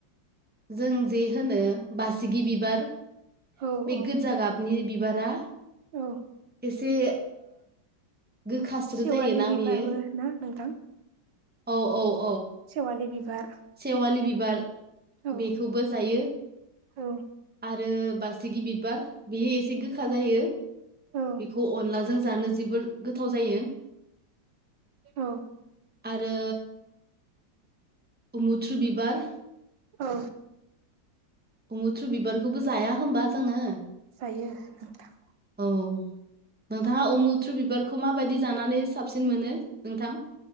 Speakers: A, in the centre; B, on the right.
A: जों जे होनो बासिगि बिबार
B: औ
A: बे
B: औ
A: गोजा गाबनि बिबारा
B: औ
A: एसे गोखास्रो
B: सेवालि
A: जायोना
B: बिबारबो
A: बेयो
B: ना नोंथां
A: औ-औ
B: सेवालि बिबार
A: सेवालि बिबार
B: औ
A: बेखौबो जायो
B: औ
A: आरो बासिगि बिबार बेयो एसे गोखा जायो
B: औ
A: बेखौ अनलाजों जानो जोबोर गोथाव जायो
B: औ
A: आरो अ मुथ्रु बिबार
B: औ
A: मुथ्रु बिबारखौबो जाया होमबा जोङो
B: जायो नोंथां
A: औ नोंथाङा उमुथ्रु बिबारखौ माबायदि जानानै साबसिन मोनो नोंथां